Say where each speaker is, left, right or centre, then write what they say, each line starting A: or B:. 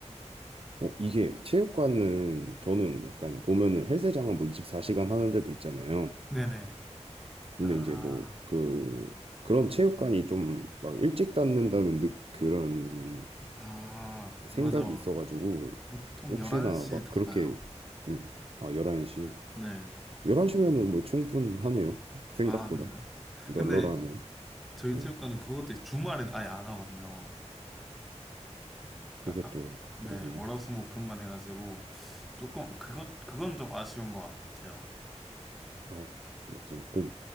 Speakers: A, on the right; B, in the centre.
A: 어, 이게 체육관은 저는 약간 보면은 헬스장은 뭐 24시간 하는 데도 있잖아요.
B: 네네.
A: 근데
B: 아,
A: 이제 뭐 그 그런 체육관이 좀 막 일찍 닫는다는 느- 그런
B: 아,
A: 생각이
B: 맞아.
A: 있어가지고
B: 보통
A: 혹시나
B: 11시에
A: 막
B: 닫아요.
A: 그렇게 네. 아 11시
B: 네.
A: 11시면은 뭐 충분하네요 <laughs> 생각보다
B: 아, 그러나요?
A: 널널하네요
B: 근데 저희
A: 네.
B: 체육관은 그것도 주말엔 아예 안 하거든요.
A: 그게
B: 그러니까 딱,
A: 또 그거구나
B: 네, 월화수목금만 해가지고 조금 그것 그건 좀 아쉬운 것 같아요.
A: 아 맞아요 그